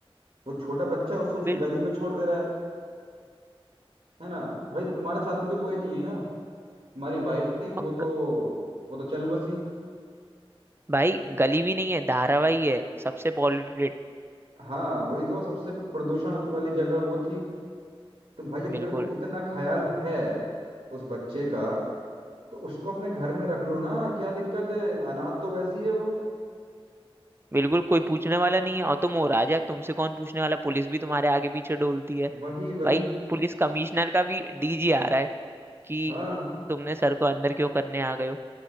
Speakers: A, on the right (about 80°); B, on the right (about 25°).
A: वो छोटा बच्चा है, उसको फिर
B: बिल
A: गली में छोड़ दे रहा है है ना तो भाई तुम्हारे साथ भी तो कोई नहीं है ना तुम्हारी वाइफ थी वो
B: और
A: तो
B: ग,
A: वो तो चल बसी
B: भाई गली भी नहीं है धारावाही है सबसे पॉल्यूटेड
A: हाँ वही तो सबसे प्रदूषण वाली जगह वो थी तो भाई जब
B: बिल्कुल
A: तेरे को इतना ख्याल है उस बच्चे का तो उसको अपने घर में रख लो ना क्या दिक्कत है अनाथ तो वैसी है वो
B: बिल्कुल कोई पूछने वाला नहीं है और तुम हो राजा तुमसे कौन पूछने वाला पुलिस भी तुम्हारे आगे पीछे डोलती है
A: वही वही
B: भाई पुलिस कमिश्नर का भी डीजी आ रहा है कि
A: हाँ
B: तुमने सर को अंदर क्यों करने आ गए हो